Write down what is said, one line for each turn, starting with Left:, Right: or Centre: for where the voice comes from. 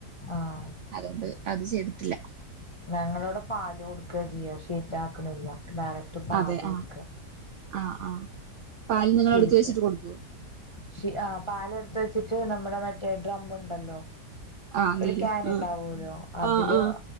Left: ആഹ്
Right: അതുകൊണ്ട് അത് ചെയ്തിട്ടില്ല
Left: ഞങ്ങളവിടെ പാല് കൊടുക്ക ചെയ്യ ഷീറ്റ് ആക്കണില്ല ഡയറക്ട് പാല്
Right: അതെ ആഹ്
Left: കൊടുക്കാ
Right: ആഹ് ആഹ് പാല് നിങ്ങള്
Left: ഷീറ്റ്
Right: എടുത്ത് വെച്ചിട്ട് കൊടുക്കുവോ
Left: ഷ് ആഹ് പാൽ എടുത്ത് വെച്ച് വെച്ചിട്ടു നമ്മുടെ മറ്റേ ഡ്രം ഉണ്ടല്ലോ
Right: ആഹ്
Left: ഒരു
Right: നീല
Left: ക്യാൻ
Right: ആഹ്
Left: ഉണ്ടാവോല്ലോ അതില്
Right: ആഹ് ആഹ്